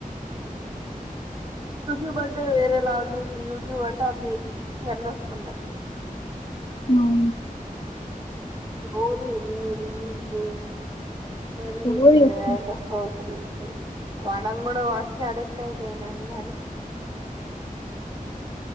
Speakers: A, on the right; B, on the left.
A: యూట్యూబ్ అంటే వేరే లాటింది, ఇప్పుడు యూట్యూబ్ అంటే అన్ని పిచ్చి పిచ్చి అన్నీ వస్తున్నాయి.
B: నవున్
A: గోడు ఎనిమిది ఇంటూ మరి
B: సోది
A: ఏంటో
B: వస్తుంది
A: సోదరీ మనం కూడ వాటికే అడిక్ట్ అయిపోయినాము దాని